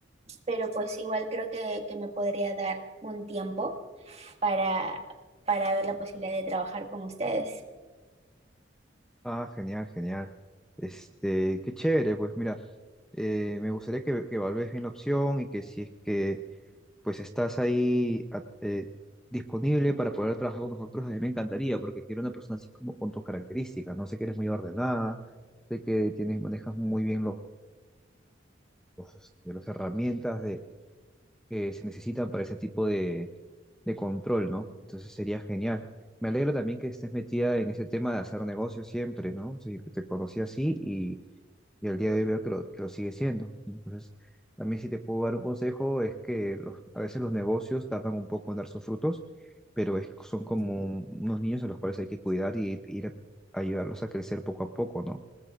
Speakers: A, on the right; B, in the centre.
A: pero pues igual creo que, que me podría dar un tiempo para, para ver la posibilidad de trabajar con ustedes.
B: Ah, genial, genial. Este, qué chévere, pues mira, eh, me gustaría que, que evalúes bien la opción y que si es que pues estás ahí a- eh, disponible para poder trabajar con nosotros, a mí me encantaría, porque quiero una persona así como con tus características, no sé que eres muy ordenada, sé que tienes, manejas muy bien los, los, este, las herramientas que se necesitan para ese tipo de, de control, ¿no? Entonces sería genial. Me alegro también que estés metida en ese tema de hacer negocios siempre, ¿no? O sea, yo que te conocí así y, y al día de hoy veo que lo, que lo sigue siendo. Entonces, también si te puedo dar un consejo es que los- a veces los negocios tardan un poco en dar sus frutos, pero es- son como
A: Ujú.
B: unos niños a los cuales hay que cuidar y ir a ayudarlos a crecer poco a poco, ¿no?